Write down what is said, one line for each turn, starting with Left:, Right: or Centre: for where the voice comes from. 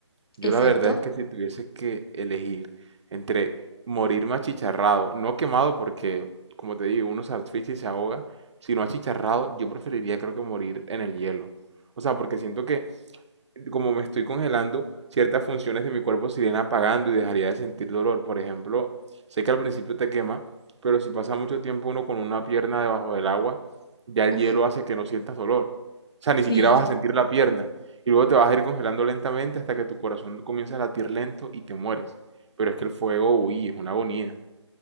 Right: Yo
Left: exacto.
Right: la verdad es que si tuviese que elegir entre morirme achicharrado, no quemado porque, como te digo, uno se asfixia y se ahoga, sino achicharrado, yo preferiría creo que morir en el hielo. O sea, porque siento que como me estoy congelando, ciertas funciones de mi cuerpo se irían apagando y dejaría de sentir dolor. Por ejemplo, sé que al principio te quema, pero si pasa mucho tiempo uno con una pierna debajo del agua, ya el
Left: Uf,
Right: hielo hace que no sientas dolor. O sea,
Left: sí,
Right: ni siquiera vas a sentir la pierna. Y luego te vas a ir congelando lentamente hasta que tu corazón comienza a latir lento y te mueres. Pero es que el fuego, uy, es una agonía.